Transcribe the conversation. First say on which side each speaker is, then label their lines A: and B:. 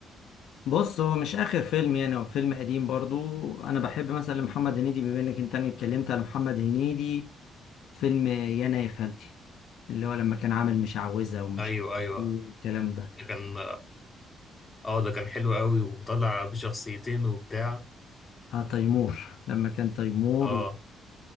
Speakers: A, on the left; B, on the left.
A: بص هو مش اخر فيلم يعني هو فيلم قديم برضو انا بحب مثلا محمد هنيدي بما انك انت أنا اتكلمت على محمد هنيدي فيلم يانا يا خالتي اللي هو لما كان عامل مشعوذة ومش
B: ايوه ايوه
A: الكلام ده
B: ده كان اه ده كان حلو قوي وطلع بشخصيتين وبتاع
A: اه تيمور لما كان تيمور
B: اه